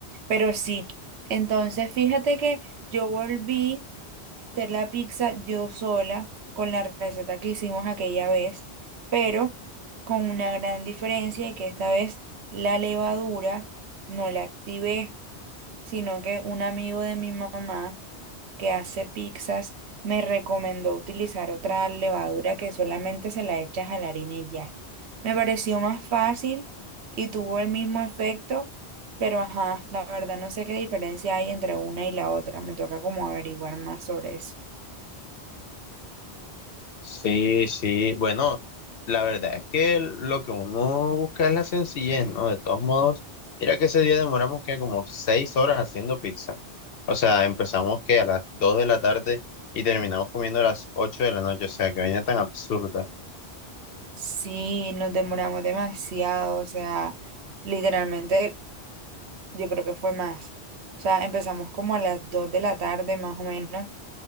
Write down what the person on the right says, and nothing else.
Pero sí, entonces fíjate que yo volví a hacer la pizza yo sola con la receta que hicimos aquella vez, pero con una gran diferencia y que esta vez la levadura no la activé, sino que un amigo de mi mamá que hace pizzas me recomendó utilizar otra levadura que solamente se la echas a la harina y ya. Me pareció más fácil y tuvo el mismo efecto, pero ajá, la verdad no sé qué diferencia hay entre una y la otra. Me toca como averiguar más sobre eso.
Sí, nos demoramos demasiado, o sea, literalmente yo creo que fue más. O sea, empezamos como a las 2 de la tarde más o menos